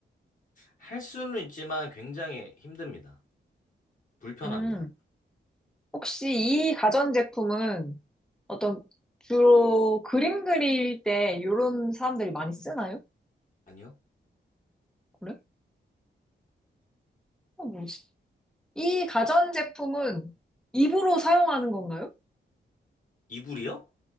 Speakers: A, on the left; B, in the centre.
A: 할 수는 있지만 굉장히 힘듭니다. 불편합니다.
B: 음, 혹시 이 가전제품은 어떤 주로 그림 그릴 때 이런 사람들이 많이 쓰나요?
A: 아니요?
B: 그래? 어, 뭐지? 이 가전제품은 입으로 사용하는 건가요?
A: 이불이요?